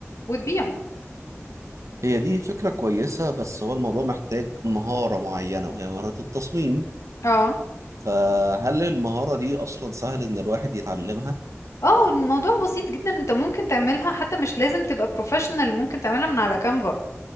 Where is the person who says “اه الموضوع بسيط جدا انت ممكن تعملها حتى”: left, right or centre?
Left